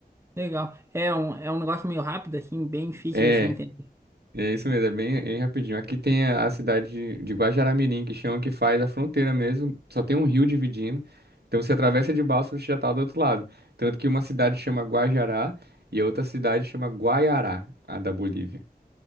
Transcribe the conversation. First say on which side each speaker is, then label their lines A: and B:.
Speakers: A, on the right; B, on the right.
A: Legal. É um, é um negócio meio rápido, assim, bem difícil
B: É,
A: de se entender.
B: é isso mesmo, é bem, é rapidinho. Aqui tem a, a cidade de, de Guajará-Mirim, que chama que faz a fronteira mesmo. Só tem um rio dividindo. Então você atravessa de balsa, você já tá do outro lado. Tanto que uma cidade chama Guajará e a outra cidade chama Guaiará, a da Bolívia.